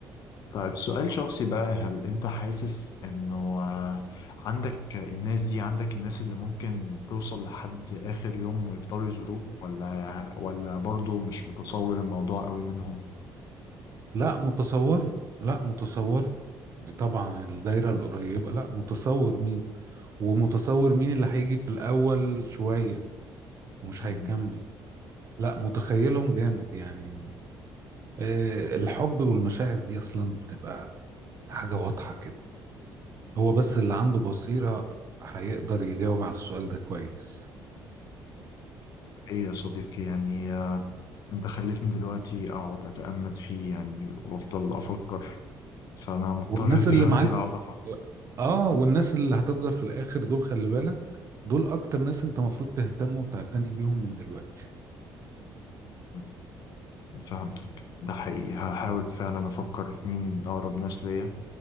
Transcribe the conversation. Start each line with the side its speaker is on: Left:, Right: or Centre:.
Left: طيب سؤال شخصي بقى هل انت حاسس انه آه، عندك الناس دي عندك الناس اللي ممكن توصل لحد اخر يوم ويفضلوا يزوروك ولا ولا برضو مش متصور الموضوع قوي منهم
Right: لا متصوره لا متصوره طبعا الدايرة القريبة لا متصور مين ومتصور مين اللي هيجي في الأول شوية ومش
Left: مهم.
Right: هيكمل لا متخيلهم جامد يعني آه، الحب والمشاعر دي أصلا بتبقى حاجة واضحة كده هو بس اللي عنده بصيرة هيقدر يجاوب على السؤال ده كويس
Left: ايه يا صديقي يعني آه، انت خليتني دلوقتي اقعد اتأمل فيه يعني وافضل افكر فانا مضطر
Right: والناس
Left: <laughs> دلوقتي
Right: اللي معاك
Left: اقعد افكر
Right: اه والناس اللي هتفضل في الآخر دول خلي بالك دول أكتر ناس أنت مفروض تهتم وتعتني بيهم من دلوقتي
Left: مم. فهمتك ده حقيقي هحاول فعلا افكر في مين اقرب ناس ليا